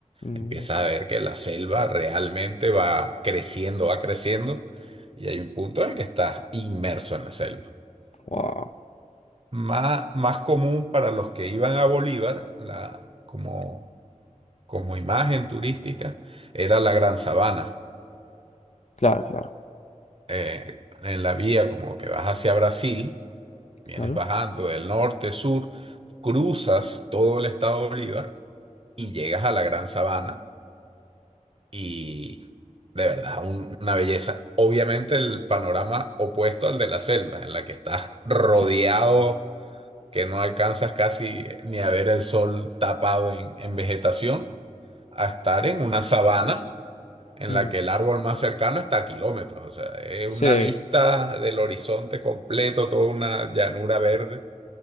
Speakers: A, on the left (about 60°); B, on the right (about 45°).
A: Mm,
B: Empiezas a ver que la selva realmente va creciendo, va creciendo y hay un punto en el que estás inmerso en la selva.
A: wow.
B: más, más común para los que iban a Bolívar, la, como, como imagen turística, era la Gran Sabana.
A: Claro, claro,
B: Eh, en la vía como que vas hacia Brasil, vienes
A: claro.
B: bajando del norte, sur, cruzas todo el estado de Bolívar y llegas a la Gran Sabana y de verdad un- una belleza. Obviamente el panorama opuesto al de la selva, en la que estás rodeado
A: Sí.
B: que no alcanzas casi ni a ver el sol tapado en, en vegetación, a estar en una sabana en
A: mm,
B: la que el árbol más cercano está a kilómetros. O sea, es
A: sí.
B: una vista del horizonte completo, toda una llanura verde.